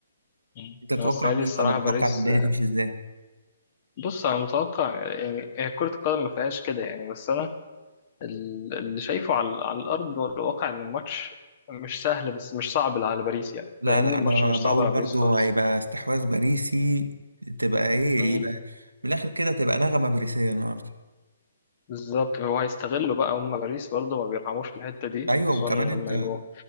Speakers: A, on the left (about 40°); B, on the right (about 80°).
A: أمم.
B: انت تتوقع
A: هو السنة
B: مين
A: دي الصراحة
B: ولا تتوقع
A: باريس
B: الدنيا تمشي ازاي
A: بص أنا متوقع يعني هي كرة القدم ما فيهاش كده يعني بس أنا ال- اللي شايفه على, على الأرض والواقع إن الماتش مش سهل بس مش صعب على باريس يعني
B: لا
A: فاهمني
B: لا
A: الماتش
B: انا
A: مش
B: بقول
A: صعب على
B: برضو
A: باريس خالص
B: هيبقى استحواذ باريسي تبقى ايه
A: أمم.
B: يبقى من الاخر كده تبقى نغمة باريسية النهارده
A: بالظبط هو هيستغلوا بقى هم باريس برضه ما بيرحموش في الحتة دي
B: ايوه
A: خصوصا
B: وكمان
A: لما
B: انت
A: يبقوا